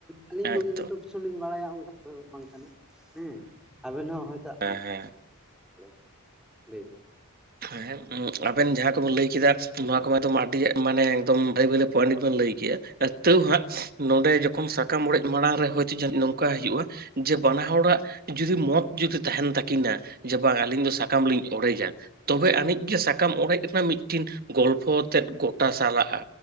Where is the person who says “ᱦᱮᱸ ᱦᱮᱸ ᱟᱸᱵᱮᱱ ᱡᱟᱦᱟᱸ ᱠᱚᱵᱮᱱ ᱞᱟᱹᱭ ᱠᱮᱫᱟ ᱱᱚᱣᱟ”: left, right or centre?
Right